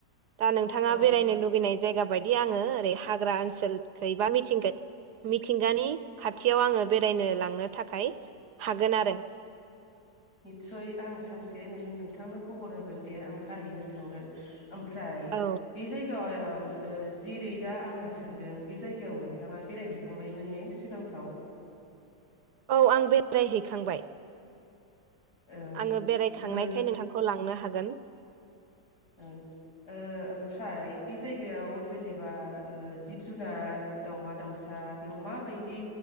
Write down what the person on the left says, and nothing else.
औ
निस्सय आं सानसे नों नोंथांनो खबर होगोन दे आं थारैनो थांगोन। ओमफ्राय
बे जाय गायाव ओ जेरै दा आङो सोंदों बे जायगायाव नोंथाङा बेरायहैखांबायमोन ने सिगांफ्राव?
ओ
ओ
ओ ओमफ्राय बे जायगायाव जेनेबा ओ जिब जुनार दावमा दाउसा बेयाव माबायदि